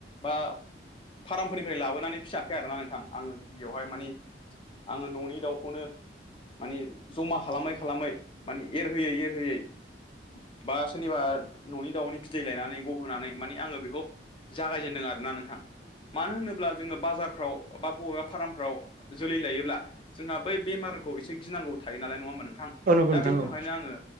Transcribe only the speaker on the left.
बा फार्मफोरनिफ्राय लाबोनानै फिसियाखै आरोना नोंथां आङो गिबियावहाय मानि आङो न'नि दाउखौनो माने जमा खालामै खालामै मान एरहोयै एर होयै बा सोरनिबा न'नि दाउनि बिदै लायनानै गहोनानै मानि आङो बेखौ जागायजेनदों आरो ना नोंथां। मानो होनोब्ला जोङो बाजारफ्राव बा बबेबा फार्मफ्राव जोलै लायोब्ला जोंहा बै बेमारखौ एसे गिनांगौ थायो नालाय नङा होनोमोन नोंथां
दा
बिनि
थाखायनो आङो